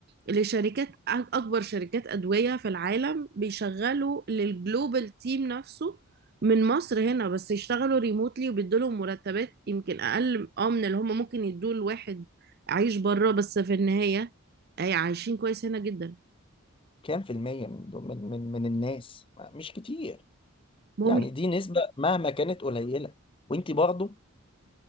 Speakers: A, on the right; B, on the left.
A: لشركات أك- اكبر شركات ادويه في العالم بيشغلوا للجلوبال تيم نفسه من مصر هنا بس يشتغلوا ريموتلي وبيدولهم مرتبات يمكن اقل اه من اللي هم ممكن يدوه لواحد عايش بره بس في النهايه أي عايشين كويس هنا جدا
B: كام في المية من من من من الناس مش كتير
A: هم
B: يعني دي نسبة مهما كانت قليلة وانت برضه